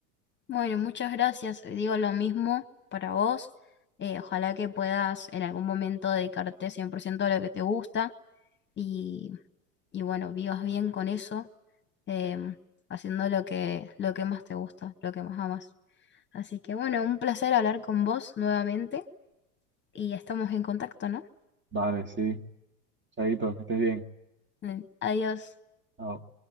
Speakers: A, on the left; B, on the right.
A: Bueno, muchas gracias. Digo lo mismo para vos. Eh, ojalá que puedas en algún momento dedicarte 100% a lo que te gusta y, y bueno, vivas bien con eso, em, haciendo lo que, lo que más te gusta, lo que más amas. Así que bueno, un placer hablar con vos nuevamente y estamos en contacto, ¿no?
B: Vale, sí. Chaito, que estés bien.
A: Eh, Adiós.
B: Chao.